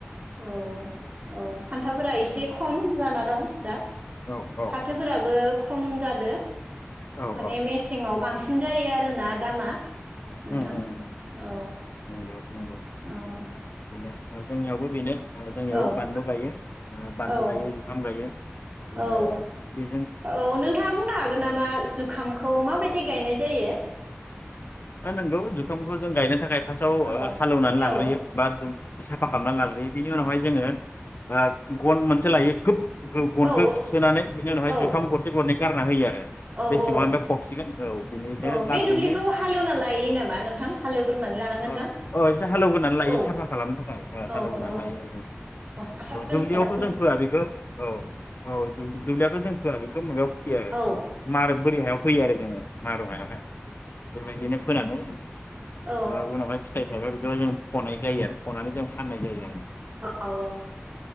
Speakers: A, on the right; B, on the left.
A: औ औ फान्थावफोरा एसे
B: मोजां
A: खम जाना दं। दा
B: औ औ
A: फाथोफोराबो खम जादो
B: औ
A: माने
B: औ
A: मेसेंआव बांसि सिन जायो आरोना दामा। नोंथां
B: उम उम उम नंगौ
A: औ
B: नंगौ
A: औ
B: बेनो जोंनियावबो बेनो दे जोंनियावबो
A: औ
B: बानलु गायो ओ बानलु
A: औ
B: गायो जुखाम गायो।
A: औ
B: ओ बे
A: औ नोंथाङा बुंनो हागोन नामा जुखामखौ माबायदि गायनाय जायो?
B: हो नोंगौ जुखामखौ जों गायनो थाखाय फास्टआव
A: औ
B: हालौवनानै लाग्रोयो
A: औ
B: बा साफा खालामनानै लाग्रो बे नि उनावहाय जोङो ओ गन मोनसे लायो खोब गनखौ
A: औ
B: थुसोननानै बिनि उनावहाय
A: औ
B: जुखाम गरसे गरनै गारना होयो आरो।
A: औ
B: बे सिङाव
A: औ
B: ओमफ्राय फबसिगोन औ बिनिनो
A: औ
B: लासैनो
A: बे दुब्लिखौ हालेवना लायो
B: <inaudible>
A: नामा नोंथां हालेवग्रोनानै लानांगोन जों
B: ओ एसे हालेवगोनानै लायो
A: औ
B: साफा खालामनो थाखाय
A: औ
B: हालौग्रोनानै
A: औ
B: लायो आरो
A: हासार
B: जों
A: होनांगोन
B: दुब्लियावथ' जों फोआ बेखौ औ औ दुब्लियावथ' जों फोआ बेखौ माबायाव फैयो आरो।
A: औ
B: मार बोरि हायाव फैयो आरो जोङो। मारो <unintelligible> बेबायदिनो फोनङो
A: औ
B: माबा उनावहाय फिथाइ थायोा बेखौ जों फनाय जायो आरो फनानै जों फाननाय जायो आरो
A: औ